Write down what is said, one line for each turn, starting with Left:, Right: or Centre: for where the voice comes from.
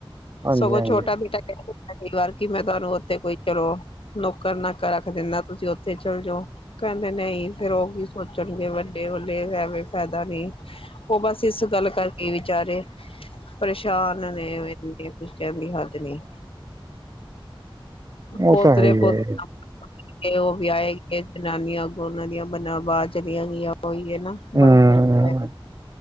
Right: ਹਾਂਜੀ
Left: ਸਗੋਂ
Right: ਹਾਂਜੀ
Left: ਛੋਟਾ ਬੇਟਾ ਕੈਂ ਕਈ ਵਾਰ ਕਿ ਮੈਂ ਤੁਆਨੂੰ ਓਥੇ ਕੋਈ ਚਲੋ, ਨੌਕਰ-ਨਾਕਰ ਰੱਖ ਦੇਨਾ ਤੁਸੀਂ ਓਥੇ ਚੱਲ ਜੋ। ਕੈਂਦਾ ਨਈ ਫੇਰ ਓ ਕੀ ਸੋਚਨਗੇ ਵੱਡੇ ਵਲੇ ਐਵੇਂ ਫੈਦਾ ਨਈ। ਔ ਬਸ ਇਸ ਗੱਲ ਕਰਕੇ ਵਿਚਾਰੇ, ਪਰੇਸ਼ਾਨ ਨੇ <unintelligible> ਫੇਰ ਕੁਝ ਕੈਨ ਦੀ ਹਾੱਦ ਨੀ,
Right: ਉਹ
Left: ਪੋਤਰੇ
Right: ਤਾਂ ਹੈ ਹੀ
Left: ਪੁਤ
Right: ਹੈ
Left: ਤੇ ਓ ਵਿਆਏ ਗੇ ਜਨਾਨੀਆਂ ਅਗੋਂ ਓਨਾਂ ਦੀਆਂ ਬਨਾ ਬਾਰ ਚਲੀਆਂ ਗਈਆਂ ਓਈ ਏ ਨਾ।
Right: ਹਮ
Left: ਬੜਾ ਫਰਕ ਪੈਂਦਾ